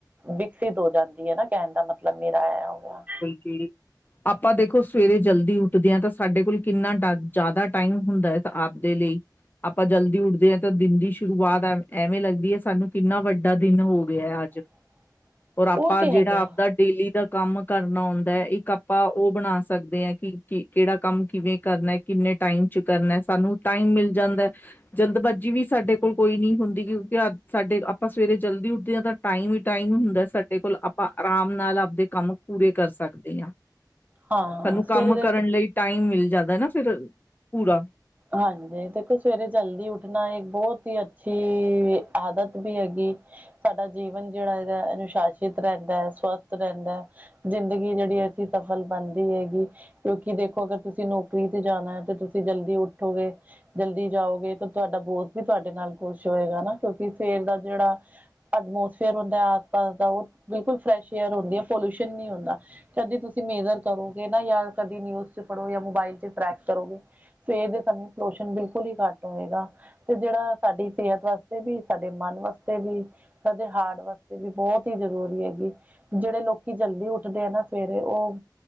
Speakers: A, on the right; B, on the left.
A: ਵਿਕਸਿਤ ਹੋ ਜਾਂਦੀ ਏ ਨਾ ਕਹਿਣ ਦਾ ਮਤਲਬ ਮੇਰਾ ਇਹ‌ ਹੋ ਆ।
B: ਕੀ? ਆਪਾਂ ਦੇਖੋ ਸਵੇਰੇ ਜਲਦੀ ਉੱਠਦੇ ਆ, ਤਾਂ ਸਾਡੇ ਕੋਲ ਕਿੰਨਾ ਜਾਦਾ ਟਾਈਮ ਹੁੰਦਾ ਏ ਆਪ ਦੇ ਲਈ। ਆਪਾਂ ਜਲਦੀ ਉੱਠਦੇ ਆ, ਤਾਂ ਦਿਨ ਦੀ ਸ਼ੁਰੂਆਤ ਐਵੇਂ ਲੱਗਦੀ ਏ ਸਾਨੂੰ, ਕਿੰਨਾ ਵੱਡਾ ਦਿਨ ਹੋ ਗਿਆ ਅੱਜ।
A: <inaudible>
B: ਔਰ ਆਪਾਂ
A: ਉਹ ਤੇ
B: ਜਿਹੜਾ
A: ਹੈਗਾ
B: ਆਪਦਾ ਡੇਲੀ ਦਾ ਕੰਮ ਕਰਨਾ ਆਉਂਦਾ ਹੈ, ਇੱਕ ਆਪਾਂ ਉਹ ਬਣਾ ਸਕਦੇ ਹਾਂ ਕਿ ਕਿ ਕਿਹੜਾ ਕੰਮ, ਕਿਵੇਂ ਕਰਨਾ? ਕਿੰਨੇ ਟਾਈਮ 'ਚ ਕਰਨਾ, ਸਾਨੂੰ ਟਾਈਮ ਮਿਲ ਜਾਂਦਾ। ਜਲਦਬਾਜ਼ੀ ਵੀ ਸਾਡੇ ਕੋਲ ਕੋਈ ਨਹੀਂ ਹੁੰਦੀ, ਕਿਉਂਕਿ ਅੱ ਸਾਡੇ ਆਪਾਂ ਸਵੇਰੇ ਜਲਦੀ ਉੱਠਦੇ ਹਾਂ ਤਾਂ ਟਾਈਮ ਹੀ ਟਾਈਮ ਹੁੰਦਾ ਸਾਡੇ ਕੋਲ, ਆਪਾਂ ਆਰਾਮ ਨਾਲ ਆਵਦੇ ਕੰਮ ਪੂਰੇ ਕਰ ਸਕਦੇ ਆ।
A: ਹਾਂ
B: ਸਾਨੂੰ ਕੰਮ
A: ਸਵੇਰੇ ਦੇਖ
B: ਕਰਨ ਲਈ ਟਾਈਮ ਮਿਲ ਜਾਂਦਾ ਨਾ ਫਿਰ ਪੂਰਾ।
A: ਹਾਂਜੀ। ਦੇਖੋ ਸਵੇਰੇ ਜਲਦੀ ਉੱਠਣਾ ਇੱਕ ਬਹੁਤ ਹੀ ਅੱਛੀ, ਆਦਤ ਵੀ ਹੈਗੀ। ਸਾਡਾ ਜੀਵਨ ਜਿਹੜਾ ਇਹਦਾ ਅਨੁਸ਼ਾਸਿਤ ਰਹਿੰਦਾ ਹੈ, ਸਵਸਥ ਰਹਿੰਦਾ ਹੈ। ਜ਼ਿੰਦਗੀ ਜਿਹੜੀ ਐਸੀ ਸਫਲ ਬਣਦੀ ਹੈਗੀ, ਕਿਉਂਕਿ ਦੇਖੋ ਅਗਰ ਤੁਸੀਂ ਨੌਕਰੀ ਤੇ ਜਾਣਾ ਹੈ ਤੇ ਤੁਸੀਂ ਜਲਦੀ ਉੱਠੋਗੇ। ਜਲਦੀ ਜਾਓਗੇ ਤਾਂ ਤੁਹਾਡਾ ਬੋਸ ਵੀ ਤੁਹਾਡੇ ਨਾਲ ਖੁਸ਼ ਹੋਏਗਾ ਨਾ, ਕਿਉਂਕਿ ਸਵੇਰੇ ਦਾ ਜਿਹੜਾ ਐਡਮੋਸਫੇਅਰ ਹੁੰਦਾ ਆਸ ਪਾਸ ਦਾ, ਉਹ ਬਿਲਕੁਲ ਫਰੈਸ਼ ਏਅਰ ਹੁੰਦੀ ਏ, ਪੋਲਿਊਸ਼ਨ ਨਹੀਂ ਹੁੰਦਾ। ਕਦੀ ਤੁਸੀਂ ਮੇਜਰ ਕਰੋਗੇ ਨਾ ਜਾਂ ਕਦੀ ਨਿਊਜ਼ ਚ ਪੜ੍ਹੋ ਜਾਂ ਮੋਬਾਇਲ ਚ ਟਰੈਕ ਕਰੋਗੇ, ਸਵੇਰ ਦੇ ਸਮੇਂ, ਪਲੋਸ਼ਨਣ ਬਿਲਕੁਲ ਹੀ ਘੱਟ ਹੋਵੇਗਾ। ਤੇ ਜਿਹੜਾ ਸਾਡੀ ਸਿਹਤ ਵਾਸਤੇ ਵੀ, ਸਾਡੇ ਮਨ ਵਾਸਤੇ ਵੀ, ਸਾਦੇ ਹਾਰਡ ਵਾਸਤੇ ਵੀ ਬਹੁਤ ਹੀ ਜ਼ਰੂਰੀ ਹੈਗੀ। ਜਿਹੜੇ ਲੋਕੀ ਜਲਦੀ ਉੱਠਦੇ ਆ ਨਾ ਸਵੇਰੇ ਉਹ